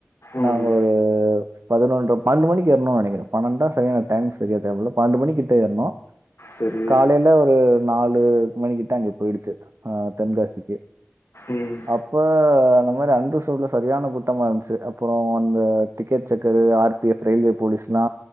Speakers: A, on the left; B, on the right.
A: ம்
B: நாங்க ஒரு பதினொன்ர பன்னண்டு மணிக்கு ஏறுனோ நெனைங்கிறே பன்னெண்டா சரியான டைம் தெரியல பன்னண்டு மணிக்கிட்ட ஏறுனோ
A: சரி
B: காலையில ஒரு நாலு மன்னிகிட்ட அங்க போயிடுச்சு அ தென்காசிக்கு
A: ம்
B: இப்ப அந்த மாரி அண்ரிசர்வ்ட்ல சரியான கூட்டமா இருந்துச்சு அப்பற அந்த ticket checker R P F railway போலீஸ்ல்லா